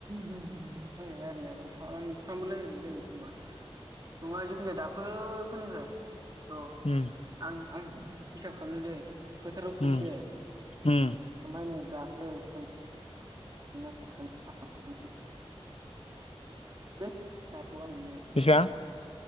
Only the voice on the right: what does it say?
रायलायनायाथ' सानफ्रामबो रायज्लायनाय जायो एखमबा नङा जेखुनु दाख्लैनिफ्राय र'
आं आं हिसाब खालामनो दै फोथाराव खोनसे
ओमफाय
नै दाख्लै खोन नै खोनथाम खोन है जाथ'वआ मोननायाव